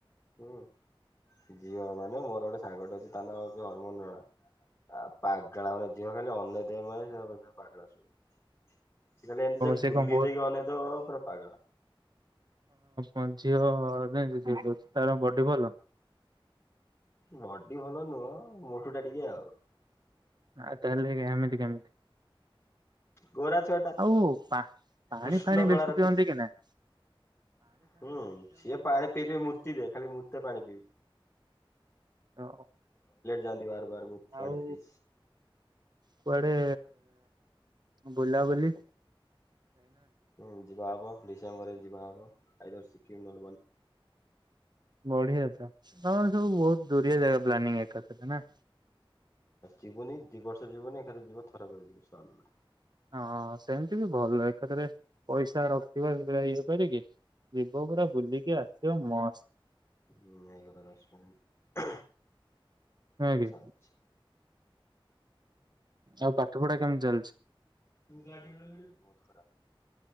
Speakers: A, on the left (about 25°); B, on the right (about 50°).
A: ହୁଁ ଝିଅ ମାନେ ମୋର ଗୋଟେ ସାଙ୍ଗଟେ ଅଛି ତା ନାଁ ଅଛି ହରମୋନ ରଣା। ଆଉ ପାଗଳା ମାନେ ଝିଅ ଖାଲି ଅନେଇ ଥିବେ ମାନେ ସେଗୁରା ସବୁ ପାଗେଳା ସବୁ। ସେ କାଲି ଏମିତି ଯା
B: ସେ
A: ବୁଲି
B: କଣ
A: ଦେଇକି ଅନେଇ ଦବ ପୁରା ପାଗେଳା।
B: ମଁ ଝିଅ ନାଇଁ ଝିଅ କହୁଛି ତାର ବଡି ଭଲ।
A: ବଡି ଭଲ ନୁହଁ ମୋଟୁ ଟା ଟିକେ ଆଉ।
B: ଆଉ ତାହେଲେ ଏମିତି କେମିତି?
A: ଗୋରା ଛୁଆ ଟା
B: ଆଉ ପା ପାଣି
A: କୃଷ୍ଣ
B: ଫାଣି
A: କଳା
B: ବେଶୀ
A: ରଖିଛି।
B: ପିଅନ୍ତି କି ନାଇଁ?
A: ହୁଁ ସିଏ ପାଣି ପିଇି ମୂର୍ତ୍ତି ଦେ ଖାଲି ପାଣି ପିଇବ।
B: ଓ
A: ଯାଆନ୍ତି ବାର ବାର ମୁଁ ପାଣି
B: ଆଉ
A: ପିଇ
B: କୁଆଡେ ବୁଲା ବୁଲି।
A: ହୁଁ ଯିବାବ। ଡିସେମ୍ବର ରେ ଯିବା ହବ ଆଇଦର୍ ସିକିମ୍ ନହ।
B: ବଢିଆ। ତର ସବୁ ବହୁତ ଦୂରିଆ ଜାଗା ପ୍ଲାନିଂ ଏକ ନା।
A: ଜୀବନୀ ଦୁଇ ବର୍ଷ ଜୀନ ଏ ଏକା ଯିବିବା ଥରା କରି ଯିବ ସରିଲା।
B: ହଁ ସେମିତି ବି ଭଲ ଏକାଥରେ ପଇସା ରଖିବ ସୋ ଇଏ କରିକି। ଭିବ ପୁରା ବୁଲିକି ଅଛି। ମସ୍ତ।
A: ହୁଁ ହେଇଗଲା ଦଶ ମିନିଟ୍
B: ନୁହେଁ
A: ଆଛା
B: କି?
A: ଆଛା।
B: ଆଉ ପାଠପଢା କେମିତି ଚାଲିଛି?
A: <unintelligible>